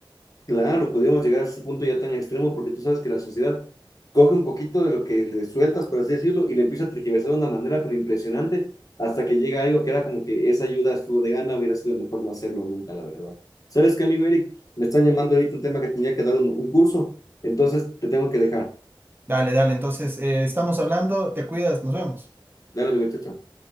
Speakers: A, on the left (about 45°); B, on the right (about 25°).
A: Claro, podríamos llegar a ese punto ya tan extremo porque tú sabes que la sociedad coge un poquito de lo que le sueltas, por así decirlo, y le empieza a tergiversar de una manera pero impresionante hasta que llega algo que era como que esa ayuda estuvo de gana, hubiera sido mejor no hacerlo nunca, la verdad. ¿Sabes qué, amigo Eric? Me están llamando ahorita un tema que tenía que dar un, un curso, entonces te tengo que dejar.
B: Dale, dale, entonces eh, estamos hablando, te cuidas, nos vemos.
A: Dale, amigo, chao.